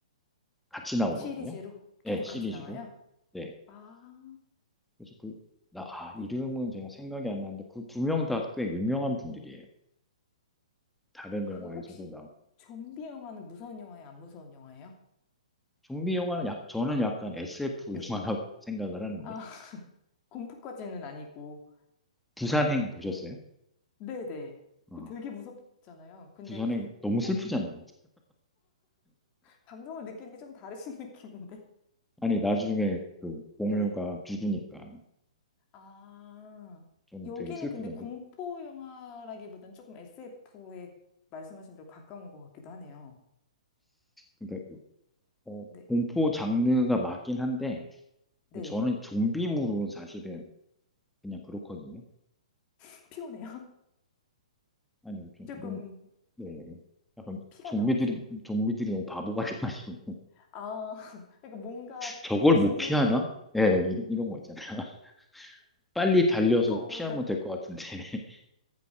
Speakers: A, in the centre; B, on the left.
A: 같이 나오거든요.
B: 시리즈로
A: 네,
B: 계속
A: 시리즈로.
B: 같이 나와요?
A: 네.
B: 아,
A: 그래서 그, 나, 아, 이름은
B: 네.
A: 제가 생각이 안 나는데 그 두 명 다 꽤 유명한 분들이에요. 다른
B: 그
A: 영화에서도
B: 혹시
A: 나오고.
B: 좀비 영화는 무서운 영화예요? 안 무서운 영화예요?
A: 좀비 영화는 약, 저는 약간 SF
B: 네.
A: 영화라고 <laughs> 생각을 하는데.
B: 아, <laughs> 공포까지는 아니고
A: 부산행 보셨어요?
B: 그냥 네네.
A: 어,
B: 그 되게 무섭잖아요. 근데
A: 부산행 너무
B: 공포
A: 슬프잖아요.
B: 감정을 느끼는 게 조금 다르신 <laughs> 느낌인데.
A: 아니, 나중에 그 공유가
B: 네.
A: 죽으니까
B: 아,
A: 좀
B: 여기는
A: 되게 슬프던데.
B: 근데 공포 영화라기보다는 조금 SF에 말씀하신 대로 가까운 것 같기도 하네요.
A: 그러니까, 어,
B: 네.
A: 공포 장르가 맞긴 한데,
B: 네.
A: 근데 저는 좀비물은 사실은 그냥 그렇거든요.
B: <laughs> 피곤해요. <laughs>
A: 아니, 좀,
B: 조금
A: 너무, 네. 약간
B: 피가
A: 좀비들이,
B: 나와서.
A: 좀비들이 너무 바보 같아가지고.
B: 네. 아, <laughs> 그러니까 뭔가
A: 저걸
B: 이렇게 분위기
A: 못 피하나? 예, 이- 이런, 거 있잖아요. <laughs> 빨리 달려서
B: 공포보다
A: 피하면 될 것 같은데. <laughs>